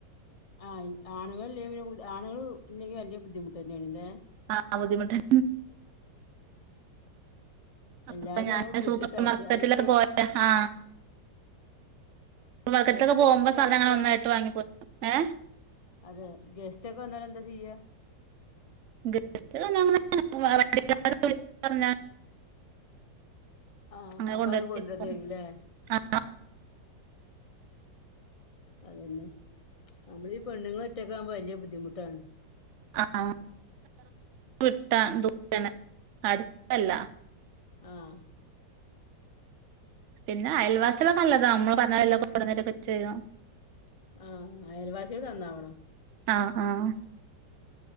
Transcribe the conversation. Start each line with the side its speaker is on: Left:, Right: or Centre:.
Left: ആ ആണുങ്ങല്ലേ ആളുക ഇല്ലങ്കിൽ വലിയ ബുദ്ധിമുട്ട് തന്നെയാണ് അല്ലേ
Right: ആഹ് ബുദ്ധിമുട്ടൻ
Left: എല്ലാതെ
Right: അപ്പൊ ഞാന്
Left: നമ്മള് വീട്ടില്
Right: സൂപ്പർ
Left: കരുതി
Right: മാർക്കറ്റിലൊക്കെ
Left: ഈ ഗ
Right: പോയ ആഹ ക്കത്തൊക്കെ
Left: ഗസ്റ്റ്
Right: പോകുമ്പോ
Left: ഒക്കെ വന്ന എന്താ
Right: സ്ഥലങ്ങ
Left: കാട്ടാ
Right: ഒന്നായിട്ട് വാങ്ങിപ്പോ ഏ
Left: അതെ ഗസ്റ്റ് ഒക്കെ വന്നാാല എന്താ ചെയ്യാ
Right: ഗസ് വിള പറഞ്ഞ
Left: ആഹ്
Right: അങ്ങനെ
Left: അപ്പൊ
Right: കൊണ്ടുവത്തിരിക്കും
Left: അത് കൊണ്ടുവന്നേരുല്ലേ
Right: ആ
Left: അതന്നെ നമ്മൾീഈ പെണ്ണുങ്ങള ഒറ്റക്കാൻ വലിയ ബുദ്ധിമുട്ടാണ്
Right: ആഹ വിട്ടാ ദ അടുത്തല്ല
Left: ആഹ
Right: പിന്നെ അയൽവാസംൊക്കെ നല്ലതാ നമ്മള് പറഞ്ഞ എല്ല കൊടന്നിട്ടൊക്കെ ചെയ്യോ
Left: ആഹ അയൽവാസികട് നന്നാവണംോ
Right: ആഹ ആഹ